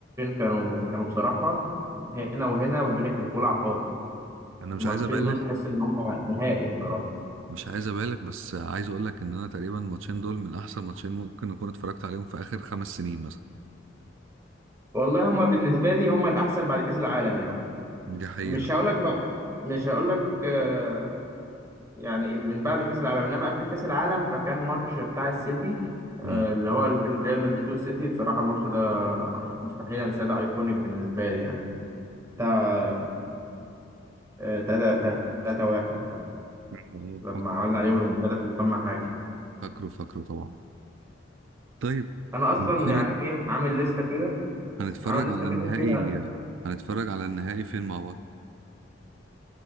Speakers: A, on the right (about 15°); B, on the right (about 85°).
A: كانوا كانوا بصراحه هنا وهنا والدنيا كانت ولعه خالص
B: انا مش
A: الماتشين
B: عايز ابالغ
A: دول تحس ان هم نهائي بصراحه
B: مش عايز ابالغ بس عايز اقول لك ان انا تقريبا الماتشين دول من احسن ماتشين ممكن اكون اتفرجت عليهم في اخر خمس سنين مثلا
A: والله هم بالنسبه لي هم الاحسن بعد كاس العالم يعني
B: دي حقيقة
A: مش هقولك بقى مش هقولك آه، يعني من بعد كأس العالم انما قبل كأس العالم فكان ماتش بتاع السيتي آه،
B: امم
A: اللي هو اللي كان ريال مدريد والسيتي بصراحة الماتش ده مستحيل انساه ده ايكونيك بالنسبة لي يعني بتاع 3 3 1 ده
B: آه،
A: لما
B: فاكره
A: عملنا عليهم ريمونتادا في الفم حاجة
B: فاكره فاكره طبعا طيب
A: انا اصلا
B: هنتفرج
A: يعني ايه عامل لستة كده
B: هنتفرج
A: عامل لستة
B: على
A: كده
B: النهائي
A: فيها
B: هنتفرج على النهائي فين مع بعض